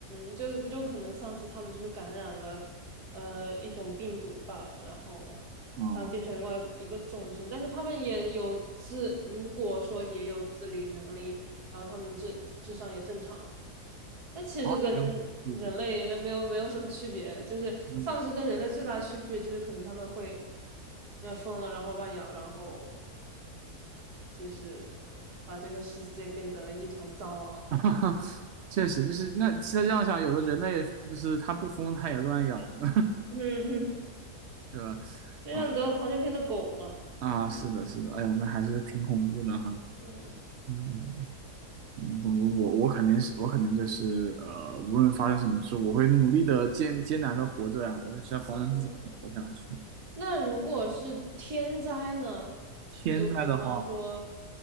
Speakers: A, on the right; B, on the right.
A: 嗯，就就可能丧尸他们就是感染了，呃，一种病毒吧，然后他们变成另外一个种群，
B: 啊，
A: 但是他们也有自，如果说也有自理能力，然后他们智智商也正常，那其实跟
B: 啊，没有什么区别。
A: 人类没有没有什么区别，就是丧尸跟人类最大的区别就是可能他们会，
B: 嗯，
A: 呃，疯了，然后乱咬，然后就是把这个世界变得一团糟啊。
B: <laughs> 确实就是那再这样想，有的人类就是他不疯，他也乱咬呢，
A: <laughs> 嗯
B: <laughs> 对吧？
A: 就像得了狂犬病的狗嘛。
B: 啊啊，
A: 嗯
B: 是的，是的，哎呀，那还是挺恐怖的哈。
A: 嗯
B: 嗯，嗯总之我我肯定是我肯定就是呃，无论发生什么事，我会努力的艰艰难的活着呀、我也是要保证自己能活下去。
A: 嗯。那如果是天灾呢？
B: 天灾的话，
A: 就比方说，